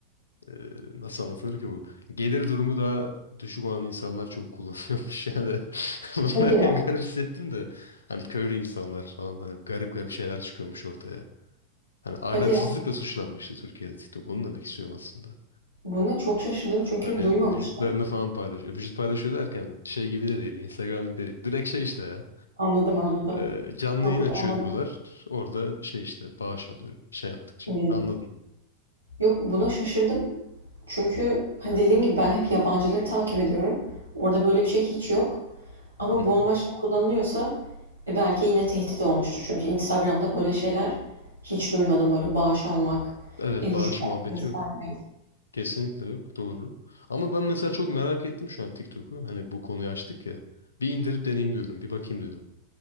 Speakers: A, on the left; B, on the right.
A: Ee, nasıl anlatılır ki bu? Gelir durumu daha düşük olan insanlar çok kullanıyormuş <laughs> yani. Bunu
B: Hadi
A: derken
B: ya.
A: garip hissettim de. Hani köylü insanlar falan hani garip garip şeyler çıkıyormuş ortaya. Hani ahlaksızlıkla
B: Hadi ya.
A: suçlanmıştı Türkiye'de TikTok. Onu demek istiyorum aslında.
B: Buna çok şaşırdım çünkü
A: Hani
B: duymamıştım.
A: vücutlarını falan paylaşıyor. Vücut paylaşıyor derken şey gibi de değil. Instagram gibi de değil. Direkt şey işte ya.
B: Anladım anladım.
A: Ee, canlı
B: Yok
A: yayın
B: yok
A: açıyor
B: anladım.
A: diyorlar. Orada şey işte bağış alıyor. Şey yaptıkça.
B: Ee,
A: Anladın.
B: Yok buna şaşırdım. Çünkü hani dediğim gibi ben hep yabancıları takip ediyorum. Orada böyle bir şey hiç yok. Ama
A: Hı hı.
B: bu amaçla kullanılıyorsa e, belki yine tehdit olmuştur. Çünkü Instagram'da böyle şeyler hiç duymadım. Böyle bağış almak,
A: Evet
B: e,
A: bağış
B: vücut
A: muhabbeti
B: göstermek.
A: yok. Kesinlikle yok. Doğru. Ama ben mesela çok merak ettim şu an TikTok'u. Hani bu konuyu açtık ya. Bir indirip deneyeyim diyorum. Bir bakayım diyorum.